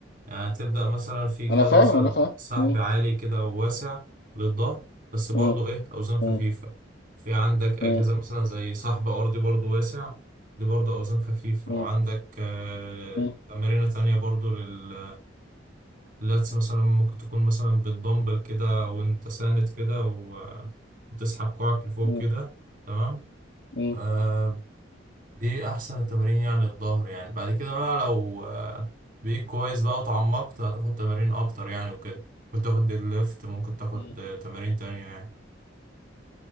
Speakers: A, on the right; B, on the left.
A: يعني هتبدأ مثلا في جهاز
B: انا فاهم
A: مثلا
B: انا فاهم
A: سحب
B: مم.
A: عالي كده وواسع للظهر بس برضه
B: مم.
A: ايه أوزان خفيفة
B: مم.
A: في عندك أجهزة
B: مم.
A: مثلا زي سحب أرضي برضه واسع دي برضه أوزان خفيفة
B: مم.
A: وعندك آه،
B: مم.
A: تمارين تانية برضه لل اللاتس مثلا ممكن تكون مثلا بالدمبل كده وانت ساند كده و... وتسحب كوعك لفوق
B: مم.
A: كده تمام
B: مم.
A: آه دي احسن التمارين يعني للظهر يعني بعد كده بقى لو آه بقيت كويس بقى وتعمقت هتاخد تمارين اكتر يعني وكده ممكن تاخد ديد ليفت ممكن تاخد
B: مم.
A: آه، تمارين تانية يعني